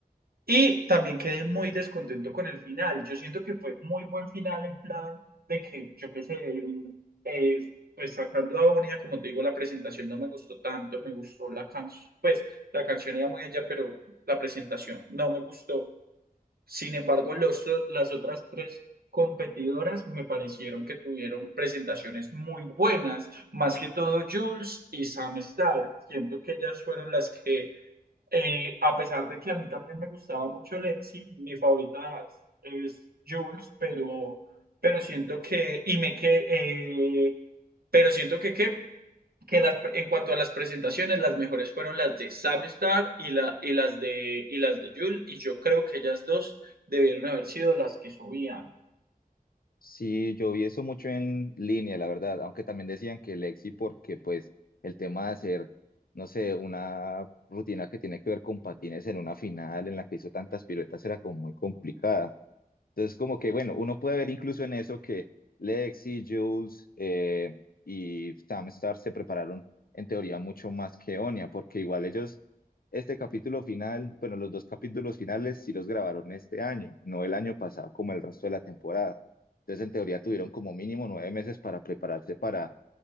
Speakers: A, on the right; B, on the left.
A: Y también quedé muy descontento con el final. Yo siento que fue muy buen final en plan de que, yo qué sé, el- eh, pues sacando a Bonilla, como te digo, la presentación no me gustó tanto, me gustó la canción, pues la canción era muy allá, pero la presentación no me gustó. Sin embargo, los, o- las otras tres competidoras me parecieron que tuvieron presentaciones muy buenas, más que todo Jules y Sam Starr. Siento que ellas fueron las que eh, a pesar de que a mí también me gustaba mucho Lexi, mi favorita es Jules, pero, pero siento que, y me que, eh, pero siento que, que, que las- en cuanto a las presentaciones, las mejores fueron las de Sam Star y, la, y las de, y las de Jules, y yo creo que ellas dos debieron haber sido las que subían.
B: Sí, yo vi eso mucho en línea, la verdad, aunque también decían que Lexi, porque pues el tema de hacer, no sé, una rutina que tiene que ver con patines en una final en la que hizo tantas piruetas era como muy complicada. Entonces, como que, bueno, uno puede ver incluso en eso que Lexi, Jules eh, y Sam Star se prepararon en teoría mucho más que Onia, porque igual ellos, este capítulo final, bueno, los dos capítulos finales sí los grabaron este año, no el año pasado como el resto de la temporada. Entonces, en teoría tuvieron como mínimo nueve meses para prepararse para